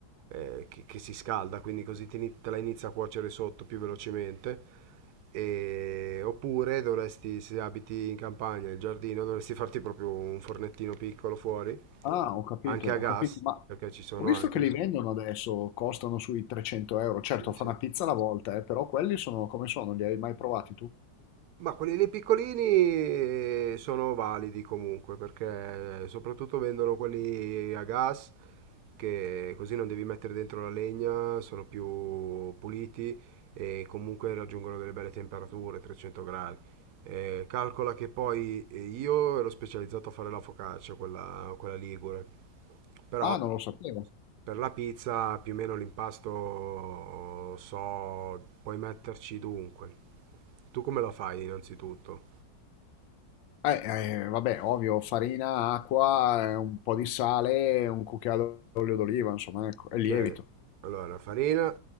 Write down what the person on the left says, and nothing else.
Ah, ho capito,
ho
capito, ma
ho visto
che
li vendono adesso, costano sui 300 euro, certo
fa
una pizza alla volta, eh, però quelli sono come sono, li hai mai provati tu?
Ah, non lo sapevo.
Eh, eh, vabbè, ovvio, farina, acqua, eh, un po' di sale, un cucchiaio d'olio d'oliva, insomma, ecco, e
lievito.